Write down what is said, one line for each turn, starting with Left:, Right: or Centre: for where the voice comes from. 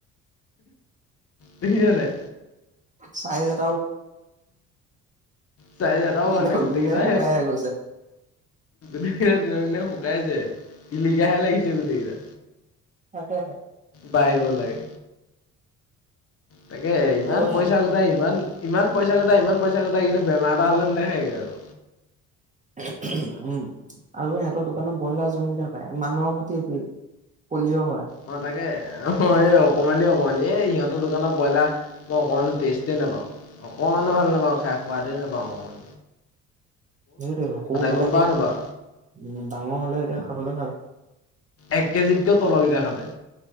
Left: দেখিছ নে নাই।
Right: চাহি <unintelligible>
Left: চাই জানা হ
Right: দিনক
Left: নাই গোটেই
Right: দিনে
Left: কেইতা
Right: শুকাইহে গৈছে
Left: দি <unintelligible> তাই যে তিলিকাহে লাগিছে গোটেইকেইটা।
Right: তাকেহে
Left: পাৰিব লাগে। তাকে ইমান
Right: আৰু সিহঁতৰ
Left: পইচা গোটাই ইমান, ইমান পইচা গোটাই ইমান পইচা গোটাই কিন্তু বেমাৰ এটা হ'লে নেথাগে আৰু।
Right: উম, আৰু সিহতৰ দোকানত ব্ৰইলাৰ জোনকটা পায় মানুহৰ খতি একেই। পলিঅ' হোৱা।
Left: অ, তাকে অ, এই অকমানি-অকমানি। এই ইহঁতৰ দোকানত ব্ৰইলাৰ মই অকণমানো টেষ্টেই নাপাওঁ অকণমানো ভাল নাপাওঁ খাই সোৱাদেই নাপাওঁ। পাৱন
Right: সেইটোৱ সৌবিলাকত
Left: গম পাৱ
Right: উম,
Left: নাপাৱ?
Right: ডাঙৰ হলে এতিয়া খাবলে ভাল।
Left: এক কেজিতকেও তলৰ গিতা কাটে।